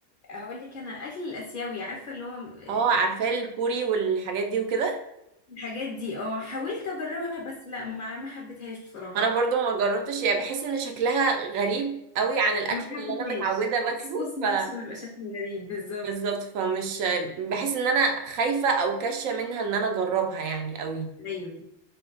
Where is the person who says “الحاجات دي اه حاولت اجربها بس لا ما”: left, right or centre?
Left